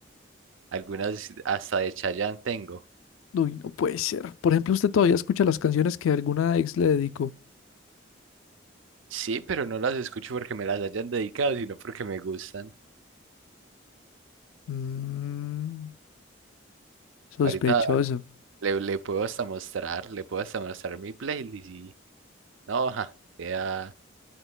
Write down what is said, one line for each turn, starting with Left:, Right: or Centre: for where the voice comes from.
Right: Algunas hasta de Chayanne tengo.
Left: Uy, no puede ser. Por ejemplo, usted todavía escucha las canciones que alguna ex le dedicó.
Right: Sí, pero no las escucho porque me las hayan dedicado, sino porque me gustan.
Left: Mm, sospechoso.
Right: Ahorita le, le puedo hasta mostrar, le puedo hasta mostrar mi playlist y no, ja, queda